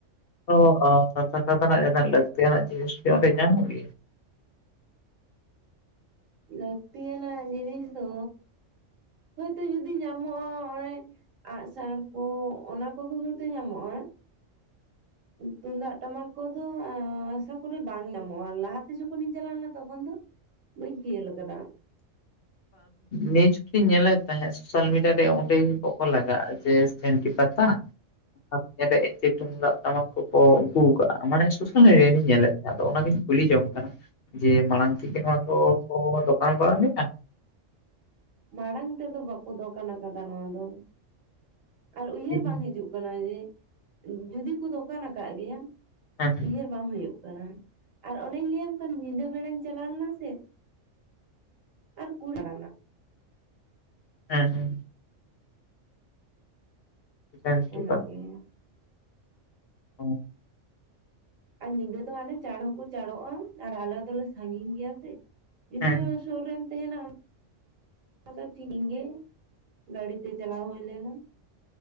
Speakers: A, on the left (about 60°); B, on the right (about 85°).
A: ᱚ, ᱚ <unintelligible> ᱨᱮᱱᱟᱜ ᱞᱟᱹᱠᱛᱤ ᱟᱱᱟᱜ ᱡᱤᱱᱤᱥ ᱠᱚ ᱚᱸᱰᱮ ᱧᱟᱢᱚᱜ ᱜᱮᱭᱟ?
B: ᱞᱟᱹᱠᱛᱤᱭᱟ ᱱᱟᱜ ᱡᱤᱱᱤᱥ ᱫᱚ ᱦᱳᱭ ᱛᱚ ᱡᱩᱫᱤ ᱧᱟᱢᱚᱜᱼᱟ᱾ ᱚᱱᱮ ᱟᱸᱜ ᱥᱟᱨ ᱠᱚ ᱚᱱᱟ ᱠᱚᱜᱮ ᱦᱚᱭᱵᱛᱚ ᱧᱟᱢᱚᱜ-ᱟ᱾ ᱛᱩᱢᱫᱟᱜ ᱴᱟᱢᱟᱠ ᱠᱚᱫᱚ ᱟᱸᱥᱟ ᱠᱚᱨᱮ ᱵᱟᱝ ᱧᱟᱢᱚᱜᱼᱟ᱾ ᱞᱟᱦᱟ ᱛᱮ ᱡᱚᱠᱷᱚᱱ ᱤᱧ ᱪᱟᱞᱟᱣ ᱞᱮᱱᱟ ᱛᱚᱠᱷᱚᱱ ᱫᱚ ᱵᱟᱹᱧ ᱠᱷᱤᱭᱟᱹᱞ ᱟᱠᱟᱫᱟ᱾
A: ᱱᱤᱭᱟᱹ ᱡᱚᱠᱷᱟᱹᱧ ᱧᱮᱞᱮᱫ ᱛᱟᱦᱮᱸᱫ ᱥᱳᱥᱟᱞ ᱢᱤᱰᱤᱭᱟ ᱨᱮ ᱚᱸᱰᱮ ᱠᱚᱠᱚ ᱞᱟᱜᱟᱜᱼᱟ ᱡᱮ ᱥᱮᱱᱴᱤ ᱯᱟᱛᱟ᱾ ᱟᱫᱚ ᱧᱮᱞᱮ ᱤᱧ ᱡᱮ ᱛᱩᱢᱫᱟᱜ ᱴᱟᱢᱟᱠ ᱠᱚᱠᱚ ᱟᱹᱜᱩᱣ ᱠᱟᱜᱟ, ᱢᱟᱱᱮ ᱥᱳᱥᱟᱹᱱ <unintelligible> ᱧᱮᱞᱮᱜ ᱠᱚᱣᱟ ᱟᱫᱚ ᱚᱱᱟᱜᱤᱧ ᱠᱩᱞᱤ ᱡᱚᱝ ᱠᱟᱱᱟ ᱡᱮ ᱢᱟᱲᱟᱝ ᱛᱷᱩᱠᱮ ᱱᱚᱣᱟ ᱠᱚ ᱠᱚ ᱫᱚᱠᱟᱱ ᱵᱟᱲᱟ ᱞᱮᱜᱼᱟ?
B: ᱢᱟᱲᱟᱝ ᱛᱮᱫᱚ ᱵᱟᱠᱚ ᱫᱚᱠᱟᱱ ᱠᱟᱫᱟ ᱱᱚᱣᱟ ᱫᱚ ᱟᱨ ᱩᱭᱦᱟᱹᱨ
A: ᱦᱮᱸ
B: ᱵᱟᱝ ᱦᱤᱡᱩᱜ ᱠᱟᱱᱟ ᱡᱮ ᱡᱩᱫᱤ ᱠᱚ ᱫᱚᱠᱟᱱ ᱟᱠᱟᱜ ᱜᱮᱭᱟ᱾
A: ᱦᱮᱸ
B: ᱩᱭᱦᱟᱹᱨ ᱵᱟᱝ ᱦᱳᱭᱳᱜ ᱠᱟᱱᱟ ᱟᱨ ᱚᱱᱮᱧ ᱞᱟᱹᱭᱟᱢ ᱠᱟᱱ ᱧᱤᱫᱟᱹ ᱵᱮᱲᱟᱧ ᱪᱟᱞᱟᱣ ᱞᱮᱱᱟ ᱥᱮ᱾ ᱟᱨ <unintelligible>
A: ᱦᱮᱸ, ᱦᱮᱸ᱾ <inaudible>
B: ᱚᱱᱟᱜᱮ
A: <inaudible>
B: ᱟᱨ ᱧᱤᱫᱟᱹ ᱫᱚ ᱦᱟᱱᱮ ᱪᱟᱬ ᱦᱚᱸᱠᱚ ᱪᱟᱲᱚᱜᱼᱟ ᱟᱨ ᱟᱞᱮ ᱫᱚᱞᱮ ᱥᱟᱸᱜᱤᱧ ᱜᱮᱭᱟ ᱥᱮ᱾ ᱡᱚᱫᱤᱭᱳ
A: ᱦᱮᱸ
B: ᱥᱳᱨ ᱨᱮᱢ ᱛᱟᱦᱮᱱᱟ ᱟᱫᱚ <inaudible> ᱜᱮ ᱜᱟᱹᱲᱤ ᱛᱮ ᱪᱟᱞᱟᱣ ᱦᱩᱭ ᱞᱮᱱᱟ᱾